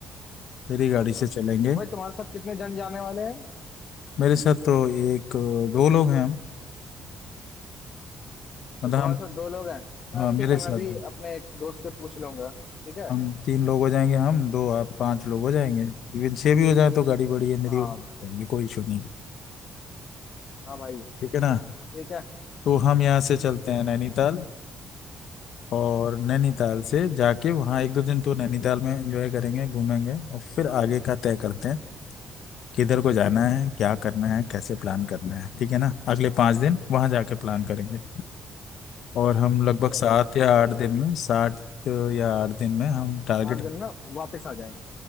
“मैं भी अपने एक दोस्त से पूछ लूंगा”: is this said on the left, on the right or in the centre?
Left